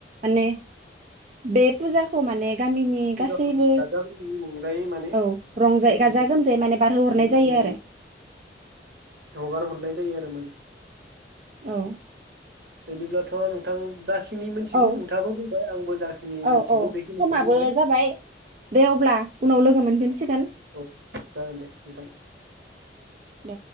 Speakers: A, on the right; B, on the right.
A: माने बे फुजाखौ माने गामिनि
B: फुजाखौ
A: गासैबो
B: गाजा गोमजायै रंजायै माने
A: औ रंजा
B: गोसोजों
A: गाजा गोमजायै माने बारहो हरनाय
B: मोजाङै
A: जायो आरो।
B: हगार हरनाय जायो आरो माने।
A: औ
B: बिदिब्लाथ' नोंथां जाख खिनि मोनथिगौ
A: औ
B: नोंथाङाबो बुंबाय आंबो जाखिनि
A: औ
B: मिनथिगौ
A: औ
B: बेखिनिखौ
A: समाबो
B: बुंबाय
A: जाबाय दे अब्ला उनाव लोगो मोनफिनसिगोन
B: औ जागोन दे नोंथां।
A: दे